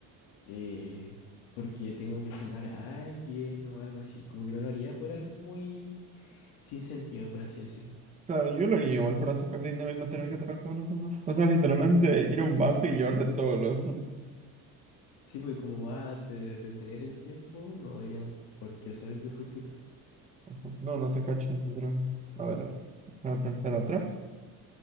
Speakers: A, on the left; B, on the right.
A: eh, porque tengo que salvar a alguien o algo así. Como que no lo haría por algo muy sin sentido, por así decirlo.
B: Claro, yo lo haría igual para sacar dinero y no tener que trabajar nunca más. O sea, literalmente ir a un banco y llevarte todos los... <laughs>
A: Sí, porque como va a te- detener el tiempo, no deberían por qué saber que fuiste tú.
B: Ajá. No, no te cacho, literal. A ver, a pensar otra.